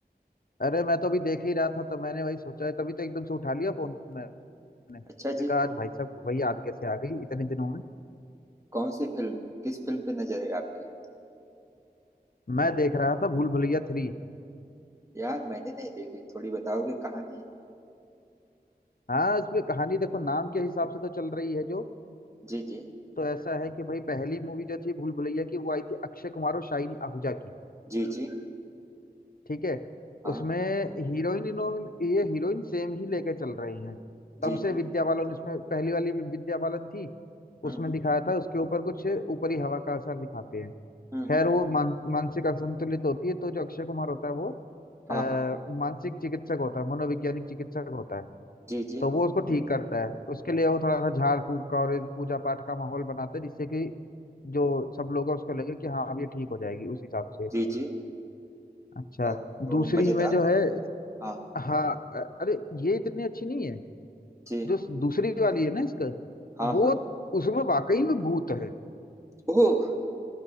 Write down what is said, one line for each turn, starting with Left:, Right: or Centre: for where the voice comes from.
Left: अरे मैं तो अभी देख ही रहा था तो मैंने वही सोचा तभी तो एकदम से उठा लिया फोन मैंने
Right: अच्छा
Left: मैंने
Right: जी
Left: कहा आज भाई साहब वही याद कैसे आ गई इतने दिनों में
Right: कौन सी फिल्म किस फिल्म पे नजर है आपकी
Left: मैं देख रहा था भूल भुलैया थ्री
Right: यार मैंने नहीं देखी थोड़ी बताओगे कहानी
Left: हाँ इसमें कहानी देखो नाम के हिसाब से तो चल रही है जो
Right: जी जी
Left: तो ऐसा है कि भाई पहली मूवी जो थी भूल भुलैया की वो आई थी अक्षय कुमार और शाहिनी आहूजा की
Right: जी जी
Left: ठीक है
Right: हाँ
Left: उसमें हीरोइन इनोइन ये हीरोइन सेम ही लेके चल रही हैं तब
Right: जी
Left: से
Right: जी
Left: विद्या बालन इसमें पहली वाली भी विद्या बालन थी
Right: हम्म
Left: उसमें
Right: हम्म
Left: दिखाया था उसके ऊपर कुछ ऊपरी हवा का असर दिखाते हैं
Right: हम्म,
Left: खैर
Right: हम्म,
Left: वो मान, मानसिक असंतुलित होती है तो जो अक्षय कुमार होता है वो
Right: हाँ
Left: अ,
Right: हाँ
Left: मानसिक चिकित्सक होता है मनोवैज्ञानिक चिकित्सक होता है
Right: जी जी
Left: तो वो उसको ठीक करता है उसके लिए वो थोड़ा सा झाड़ फूक का और एक पूजा पाठ का माहौल बनाता है जिससे कि जो सब लोग हैं उसको लगे कि हाँ अब ये ठीक हो जाएगी उस हिसाब से
Right: जी जी
Left: अच्छा
Right: यार तो
Left: दूसरी
Right: मजेदार
Left: में जो
Right: लग-
Left: है
Right: हाँ
Left: हाँ अ- अरे ये इतनी अच्छी नहीं है
Right: जी
Left: जो दूसरी वाली है ना इसका
Right: हाँ
Left: वो
Right: हाँ
Left: उसमें वाकई में भूत है
Right: ओह